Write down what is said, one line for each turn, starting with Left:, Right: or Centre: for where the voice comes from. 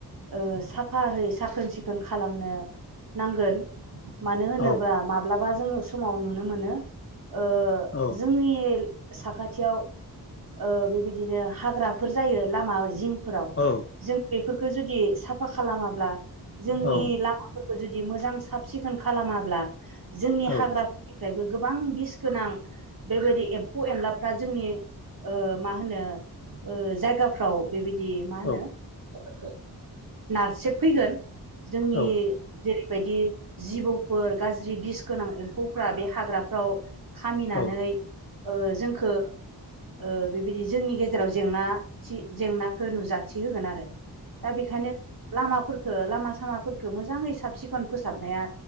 Right: ओ साफाहै साखोन सिखोन खालामनो नांगोन। मानो होनोबा
Left: औ
Right: माब्लाबा जोङो समाव नुनो मोनो ओ
Left: औ
Right: जोंनि साखाथियाव ओ बेबायदिनो हाग्राफोर जायो लामा जिंफोराव
Left: औ
Right: जों बे फोरखो जुदि साफा खालामाब्ला जोंनि
Left: औ
Right: लामाफोरखौ जु दि मोजां साब सिखोन खालामाब्ला जोंनि
Left: औ
Right: हाग्रा फोरनि फ्रायबो गोबां बिस गोनां बेबायदि एम्फौ एनलाफ्रा जोंनि ओ मा होनो ओ जायगाफ्राव बेबायदि मा होनो
Left: औ
Right: ओ नारसेब फैगोन जोंनि
Left: औ
Right: जेरै बायदि जिबौफोर गाज्रि बिस गोनां एम्फौफ्रा बे हाग्राफ्राव खामिनानै
Left: औ
Right: ओ जोंखो ओ बेबायदि जोंनि गेजेराव जेंना थि जेंनाखौ नुजाथि होगोन आरो दा बेखायनो लामाफोरखो लामा-सामाफोरखो मोजाङै साब सिखन फोसाबनाया